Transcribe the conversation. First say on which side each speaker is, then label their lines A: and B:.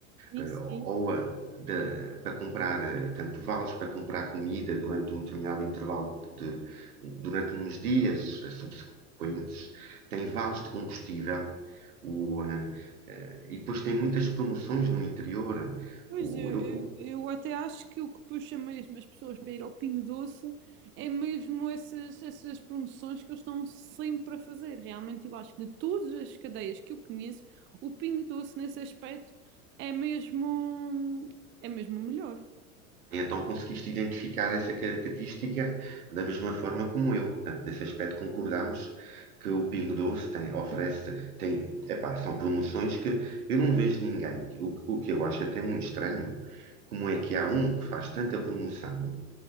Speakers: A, on the right; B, on the right.
A: Isso,
B: eh, ou a- da- para comprar, eh, tanto vales para comprar comida durante um determinado intervalo de, durante uns dias eh, subsequentes, tem vales de combustível, o, eh, eh, e depois tem muitas promoções no interior.
A: Pois,
B: O,
A: eu,
B: eu,
A: eu, eu até acho que o que puxa mesmo as pessoas para ir ao Pingo Doce é mesmo essas, essas promoções que eles estão sempre a fazer. Realmente, eu acho que de todas as cadeias que eu conheço, o Pingo Doce nesse aspecto é mesmo, é mesmo o melhor.
B: E então conseguiste identificar essa característica da mesma forma como eu. Portanto, nesse aspecto concordamos que o Pingo Doce tem, oferece, tem, epá, são promoções que eu não vejo ninguém. O, o que eu acho até muito estranho, como é que há um que faz tanta promoção